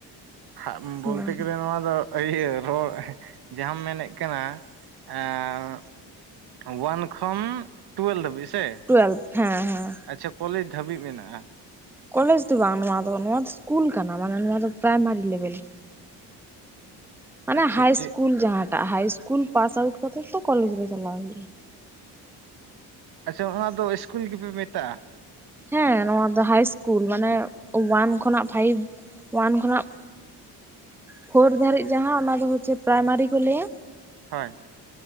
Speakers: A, on the right; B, in the centre.
A: ᱦᱟᱜ
B: ᱦᱮᱸ
A: ᱵᱳᱞᱛᱮ ᱜᱮᱞᱮ ᱱᱚᱣᱟ ᱫᱚ ᱤᱭᱟᱹ <inaudible> ᱡᱟᱸᱦᱟᱸᱢ ᱢᱮᱱᱮᱜ ᱠᱟᱱᱟ <inaudible> ᱳᱣᱟᱱ ᱠᱷᱚᱱ ᱴᱩᱭᱮᱞᱵᱷ ᱫᱷᱟᱹᱵᱤᱡ᱾ ᱥᱮ
B: ᱴᱩᱭᱮᱞᱵᱷ, ᱦᱮᱸ ᱦᱮᱸ᱾
A: ᱟᱪᱪᱷᱟ ᱠᱚᱞᱮᱡᱽ ᱫᱷᱟᱹᱵᱤᱡ ᱢᱮᱱᱟᱜᱼᱟ᱾
B: ᱠᱚᱞᱮᱡᱽ ᱫᱚ ᱵᱟᱝ, ᱱᱚᱣᱟ ᱫᱚ ᱱᱚᱣᱟ ᱫᱚ ᱤᱥᱠᱩᱞ ᱠᱟᱱᱟ ᱢᱟᱱᱮ ᱱᱚᱣᱟ ᱫᱚ ᱯᱨᱟᱭᱢᱟᱨᱤ ᱞᱮᱵᱮᱞ᱾ ᱢᱟᱱᱮ
A: ᱟᱪᱪᱷᱟ
B: ᱦᱟᱭ
A: ᱪᱮᱫ
B: ᱤᱥᱠᱩᱞ ᱡᱟᱸᱦᱟᱸᱴᱟᱜ ᱦᱟᱭ ᱤᱥᱠᱩᱞ ᱯᱟᱥ ᱟᱣᱩᱴ ᱠᱟᱛᱮᱜ ᱛᱚ ᱠᱚᱞᱮᱡᱽ ᱨᱮ ᱪᱟᱞᱟᱣ ᱦᱩᱭᱩᱜᱼᱟ᱾
A: ᱟᱪᱪᱷᱟ ᱚᱱᱟᱫᱚ ᱤᱥᱠᱩᱞ ᱜᱤᱯᱮ ᱢᱮᱛᱟᱜᱼᱟ᱾
B: ᱦᱮᱸ ᱱᱚᱣᱟ ᱫᱚ ᱦᱟᱭ ᱤᱥᱠᱩᱞ, ᱢᱟᱱᱮ ᱳᱣᱟᱱ ᱠᱷᱚᱱᱟᱜ ᱯᱷᱟᱭᱤᱵ ᱳᱣᱟᱱ ᱠᱷᱚᱱᱟᱜ ᱯᱷᱳᱨ ᱫᱷᱟᱤᱡ ᱡᱟᱸᱦᱟᱸ ᱚᱱᱟ ᱫᱚ ᱦᱚᱪᱪᱮ ᱯᱨᱟᱭᱢᱟᱨᱤ ᱠᱚ ᱞᱟᱹᱭᱟ᱾
A: ᱦᱳᱭ᱾